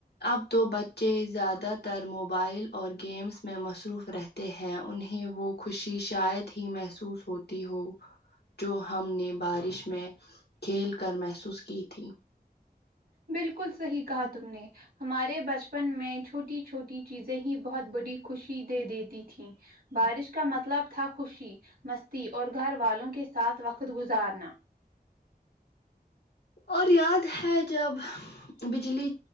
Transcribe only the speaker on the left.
اب تو بچے زیادہ تر موبائل اور گیمس میں مصروف رہتے ہیں انہیں وہ خوشی شاید ہی محسوس ہوتی ہو جو ہم نے بارش میں کھیل کر محسوس کی تھی
اور یاد ہے جب بجلی